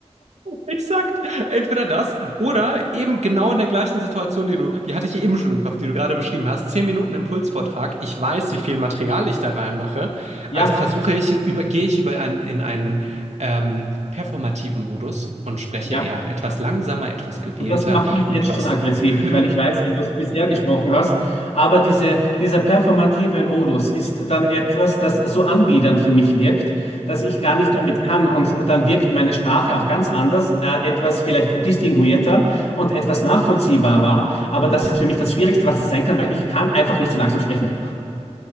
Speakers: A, on the right; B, on the left.
A: Exakt. Entweder das oder eben genau in der gleichen Situation, die du, die hatte ich eben schon im Kopf, die du gerade beschrieben hast. Zehn Minuten Impulsvortrag. Ich weiß, wie viel Material ich da reinmache.
B: Ja,
A: Also versuche ich, über, gehe ich über einen, in einen ähm, performativen Modus und spreche
B: ja.
A: eher etwas langsamer, etwas gewählter,
B: Und das macht mich jetzt
A: etwas.
B: schon aggressiv,
A: <laughs>
B: weil ich weiß, wie du es bisher gesprochen hast. Aber diese, dieser performative Modus ist dann etwas, das so anbiedernd für mich wirkt, dass ich gar nicht damit kann. Und dann wirkt meine Sprache auch ganz anders, äh, etwas vielleicht distinguierter und etwas nachvollziehbarer. Aber das ist für mich das Schwierigste, was es sein kann, weil ich kann einfach nicht so langsam sprechen.